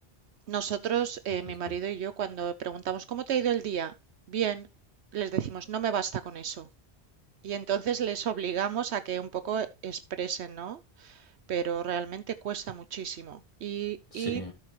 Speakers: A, on the right; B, on the left.
A: nosotros, eh,
B: Eso
A: mi
B: es
A: marido
B: todo.
A: y yo, cuando preguntamos cómo te ha ido el día, bien, les decimos, no me basta con eso. Y entonces les obligamos a que un poco expresen, ¿no? Pero realmente cuesta muchísimo. Y,
B: Sí,
A: y